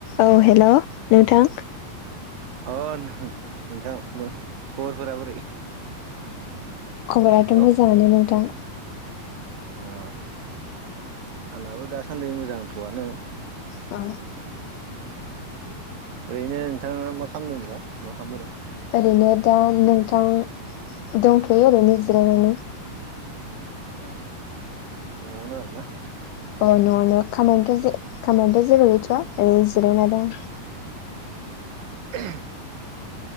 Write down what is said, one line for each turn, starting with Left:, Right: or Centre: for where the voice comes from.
Left: औ हेल' नोंथां
Right: अ नोंथां खबरफोरा बोरै
Left: खबराथ'
Right: हेल' अ
Left: मोजांङानो नोंथां।
Right: अ आंनाबो दासान्दि मोजांथ'आनो
Left: औ
Right: ओरैनो नोंथाङा मा खालामदों रा मा खालामबाय दं?
Left: ओरैनो दा नोंथां दंथ'यो ओरैनो जिरायनानै
Right: औ न'आवनो आरोना
Left: औ न'आवनो खामानिथ' खामानिथ' जेबो गैथ'आ ओरै जिरायना दं।
Right: अ